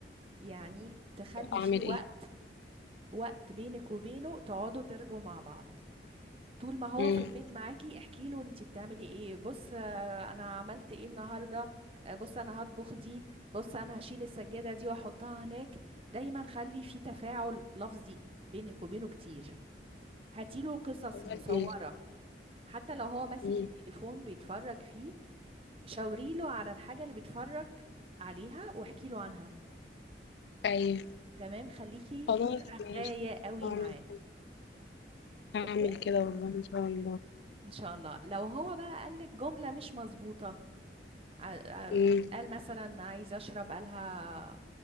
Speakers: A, on the right; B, on the left.
A: يعني تخلي
B: أعمل
A: فيه وقت
B: إيه؟
A: وقت بينك وبينه تقعدوا ترجوا مع بعض طول ما هو
B: مم.
A: في البيت معاكي احكي له انتي بتعملي ايه بص آه، انا عملت ايه النهارده آه، بص انا هطبخ دي بص انا هشيل السجاده دي واحطها هناك دايما خلي في تفاعل لفظي بينك وبينه كتير هاتيله قصص
B: خلاص ماشي
A: مصوره حتى لو هو ماسك
B: مم.
A: التليفون بيتفرج فيه شاوريله على الحاجه اللي بيتفرج عليها واحكي له عنها
B: أيوة
A: تمام خليكي
B: خلاص ماشي
A: رغاية قوي
B: أعمل
A: معاه
B: هعمل
A: اوكي
B: كده والله إن شاء الله
A: ان شاء الله لو هو بقى قال لك جملة مش مظبوطة ع- ع-
B: مم.
A: قال مثلا عايز اشرب قالها